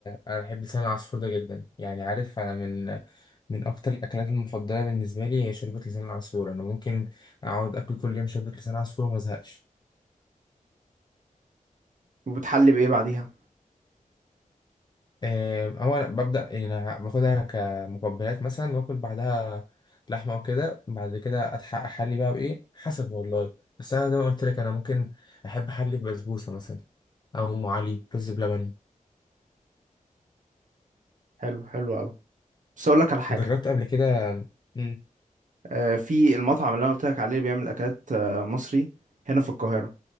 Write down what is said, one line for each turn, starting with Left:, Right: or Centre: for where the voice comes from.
Left: أنا بحب لسان العصفور ده جدا يعني عارف أنا من من أكتر الأكلات المفضلة بالنسبة لي هي شوربة لسان العصفور أنا ممكن أقعد آكل كل يوم شوربة لسان عصفور وما أزهقش
Right: وبتحلي بايه بعديها
Left: آم، هو أنا ببدأ يعني أنا باخدها كمقبلات مثلا وآكل بعدها لحمة وكده بعد كده أتحقق أحلي بقى بإيه حسب والله بس أنا زي ما قلت لك أنا ممكن أحب أحلي ببسبوسة مثلا او ام علي رز بلبن
Right: حلو حلو قوي بس اقول لك على حاجه
Left: جربت قبل كده مم.
Right: آه، في المطعم اللي انا قلت لك عليه اللي بيعمل اكلات آه، مصري هنا في القاهره